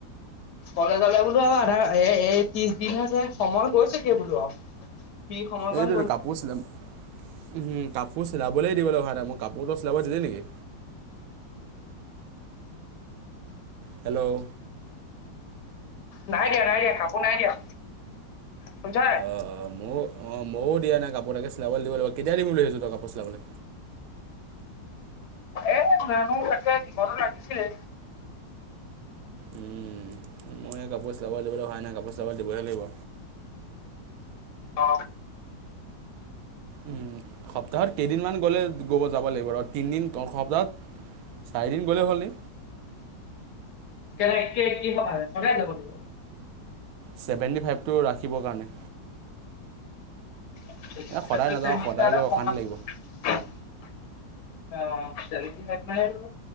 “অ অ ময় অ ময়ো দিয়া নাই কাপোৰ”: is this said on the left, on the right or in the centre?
Right